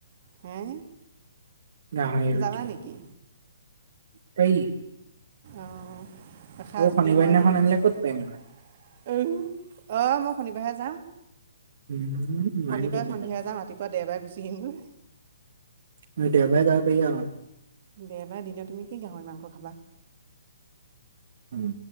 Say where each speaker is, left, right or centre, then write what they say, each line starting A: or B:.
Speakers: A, on the right; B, on the right.
A: হে?
B: গাহৰি এইৰিটি
A: যাবা
B: <unintelligible>
A: নেকি
B: পায়ি।
A: অৱ, ৰাখা
B: আকৌ
A: যদি
B: শনিবাৰ
A: মই
B: দিনাখন
A: অ
B: আনিলে ক'ত পাৰিম মই
A: মই শনিবাৰেহে যাম।
B: উম। নোৱাৰিম
A: শনিবাৰে
B: তেন্তে
A: সন্ধিয়া
B: বাৰ্থডে।
A: যাম, ৰাতিপুৱা দেওবাৰ গুচি আহিম।
B: মই দেওবাৰে যাব পাৰি আও।
A: দেওবাৰে দিনে তুমি কি গাহৰি মাংস খাবা।
B: উম,